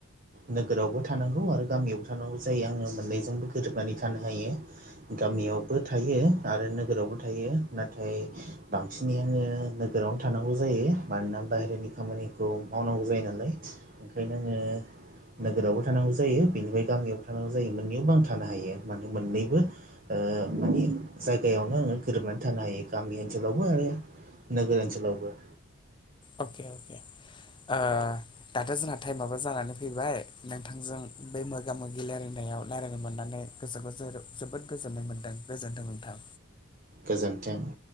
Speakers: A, on the right; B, on the left.
A: नोगोरावबो थानांगौ आरो गामियावबो थानांगौ जायो आङो मोननैजोंबो गोरोबनानै थानो हायो गामियावबो थायो आरो नोगोरावबो थायो नाथाय बांसिनै आङो नोगोरावनो थानांगौ जायो मानोना बाहेरनि खामानिखौ मावनांगौ जायो नालाय ओंखायनो आङो नोगोरावबो थानांगौ जायो बेनिफ्राय गामियावबो थानांगौ जायो मोननैयाव बां थानो हायो मानो मोननैबो माने जायगायावनो आङो गोरोबनानै थानो हायो गामि ओनसोलावबो आरो नोगोर ओनसोलावबो
B: अके अके आ दाथ' जोंहा टाइमाबबो जानानै फैबाय नोंथांजों बे मोगा मोगि रायज्लायनायाव रायज्लायनो मोननानै गोसोखौ जो जोबोद गोजोननाय मोनदों गोजोन्थों नोंथां
A: गोजोन्थों